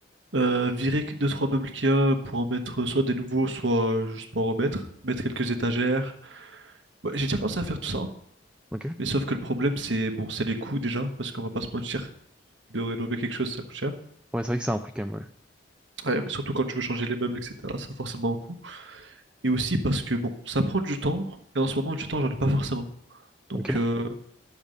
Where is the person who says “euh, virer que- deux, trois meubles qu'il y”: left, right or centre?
Right